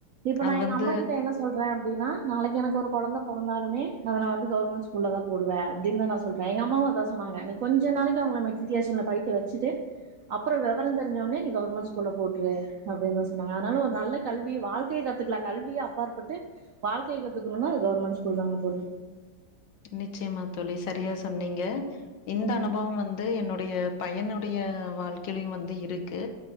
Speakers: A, on the right (about 70°); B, on the left (about 70°).
A: இப்ப நா
B: அது
A: எங்க
B: வந்து
A: அம்மா கிட்ட என்ன சொ சொல்றே அப்டின்னா நாளக்கி எனக்கு ஒரு கொழந்த பொறந்தாலுமே அத ந வந்து கவர்மெண்ட் ஸ்கூல தா போடுவே அப்டின் த நா சொ சொல்றே எங்க அம்மாவு அதா சொன்னாங்க நீ கொஞ்ச நாளக்கி அவங்கள மெட்ரிக்கூலேக்ஷன்ல படிக்க வச்சிட்டு அப்றொ விவரொ தெரிஞ்ச உட்னே நீ கவர்மெண்ட் ஸ்கூல போட்ரு அப்டின்னு தா சொன்னாங்க அதனால ஒரு நல்ல கல்வி வாழ்க் வாழ்க்கைய கத்துக்கலா கல்விய அப்பாற்பட்டு வாழ்க்கய கத்துக்கணும்ன அது கவர்மென்ஸ்கூல் தாங்க தோழி
B: நிச்சயமா தோழி சரியா சொன்னீங்க இந்த
A: ம்
B: அனுபவம் வந்து வந்து என்னுடைய பையனுடைய வாழ்க்கையிலையு வந்து இருக்கு